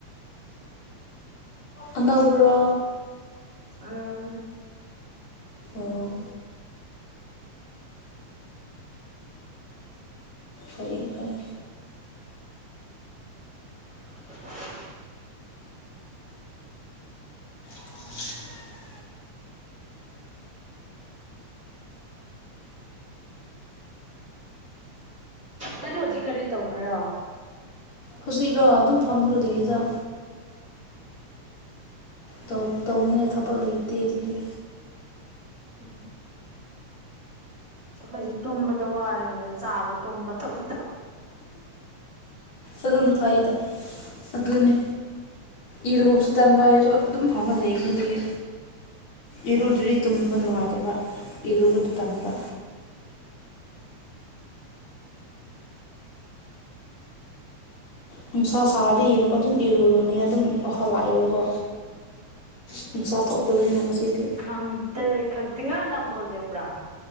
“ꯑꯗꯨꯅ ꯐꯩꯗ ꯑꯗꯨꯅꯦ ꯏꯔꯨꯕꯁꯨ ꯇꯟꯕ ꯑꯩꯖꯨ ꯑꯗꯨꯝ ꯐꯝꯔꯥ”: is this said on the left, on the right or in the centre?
Left